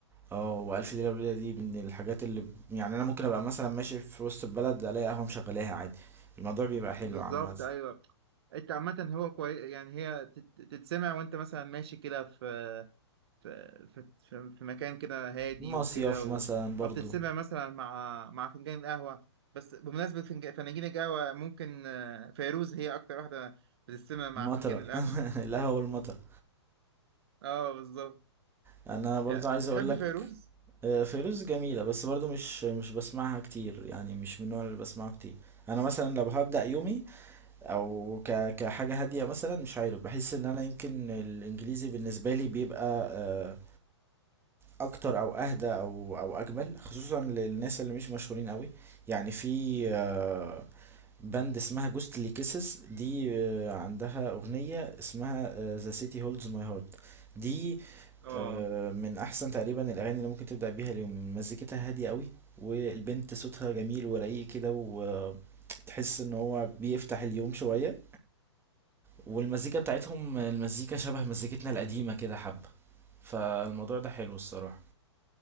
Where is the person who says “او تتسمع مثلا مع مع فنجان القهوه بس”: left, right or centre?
Right